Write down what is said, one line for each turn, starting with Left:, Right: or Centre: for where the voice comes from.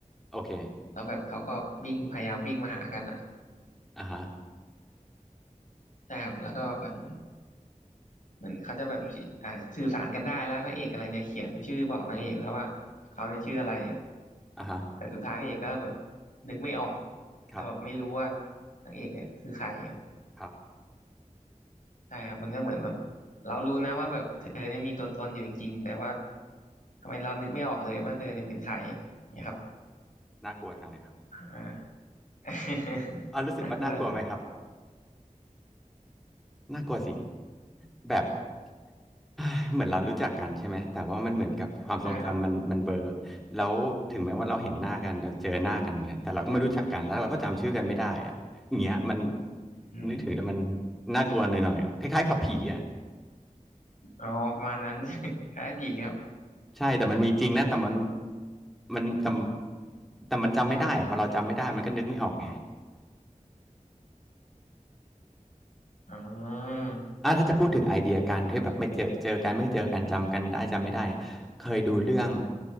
Centre: โอเค
Left: แล้วแบบเขาก็วิ่งพยายามวิ่งมาหากันอะ
Centre: อ่าฮะ
Left: ใช่ครับแล้วก็เหมือนเหมือนเขาจะแบบอ่าสื่อสารกันได้แล้วพระเอกกำลังจะเขียนชื่อบอกนางเอกแล้วว่าเขาในยชื่ออะไร
Centre: อ่าฮะ
Left: แต่สุดท้ายพระเอกก็แบบนึกไม่ออก
Centre: ครับ
Left: แล้วแบบไม่รู้ว่านางเอกเนี่ยคือใครครับ
Centre: ครับ
Left: ใช่ครับมันก็เหมือนแบบเรารู้นะว่าแบบเธอเนี่ยมีตัวตนอยู่จริงๆแต่ว่าทำไมเรานึกไม่ออกเลยว่าเธอเนี่ยเป็นใครเนี่ยครับ
Centre: ครับน่ากลัวจังเลยครับ
Left: อ่า <laughs>
Centre: อ่ารู้สึกว่าน่ากลัวไหมครับ
Left: น่ากลัวแล้วครับ
Centre: น่ากลัวสิแบบ <sighs> เอ้ยเหมือนเรารู้จักกันใช่ไหมแต่ว่ามันเหมือนกับความทรงจำมันมันเบลอ
Left: ใช่ครับ
Centre: แล้วถึงแม้ว่าเราเห็นหน้ากันเราเจอหน้ากันเงี้ยแต่เราก็ไม่รู้จักกันแล้วเราก็จำชื่อกันไม่ได้อะอย่างเงี้ยมัน
Left: อืม
Centre: นึกถึงแต่มันน่ากลัวหน่อยๆคล้ายๆกับผีอ่ะ
Left: อ๋อประมาณนั้น <laughs> คล้ายผีครับ
Centre: ใช่แต่มันมีจริงนะแต่มันมันแต่แต่มันจำไม่ได้อะพอเราจำไม่ได้มันก็นึกไม่ออกไง
Left: อ๋อ
Centre: อ่ะถ้าจะพูดถึงไอเดียการที่แบบไม่เจอเจอกันไม่เจอกันจำกันได้จำไม่ได้อะเคยดูเรื่อง